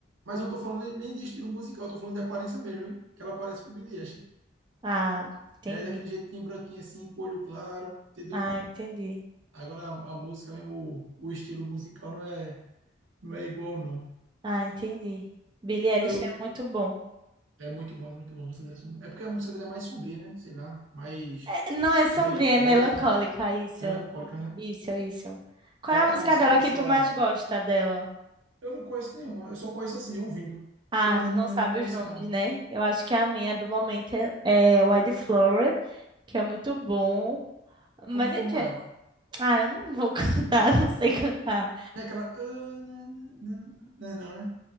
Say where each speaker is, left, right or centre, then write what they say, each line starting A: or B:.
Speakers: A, on the right (about 80°); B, on the right (about 25°).
A: mas eu não tô falando nem nem de estilo musical, eu tô falando de aparência mesmo, hein? Que ela parece com Billie Eilish.
B: Ah, entendi.
A: É daquele jeitinho branquinho assim, com olho claro, entendeu?
B: Ah, entendi.
A: Agora a, a música mesmo, o, o estilo musical não é, não é igual, não.
B: Ah, entendi. Billie Eilish
A: Eu.
B: é muito bom.
A: É muito bom, é muito bom a música dele. É porque a música dele é mais sombria, né? Sei lá, mais
B: É, Não é sombria,
A: melancólica.
B: é melancólica, isso.
A: Melancólica, né?
B: Isso, isso. Qual
A: É aquela
B: é a música
A: música
B: dela
A: da pessoa.
B: que tu mais gosta dela?
A: Eu não conheço nenhuma, eu só conheço assim, ouvindo.
B: Ah,
A: Por nome
B: tu não
A: mesmo
B: sabe
A: eu não conheço,
B: os nomes,
A: não.
B: né? Eu acho que a minha do momento é, é Wildflower, que é muito bom. Mas
A: Como, como
B: enfim,
A: é? ó?
B: Ah, eu não vou <laughs> cantar, não sei cantar.
A: Não é aquela. "Ah, né, né, né, né", Não, né?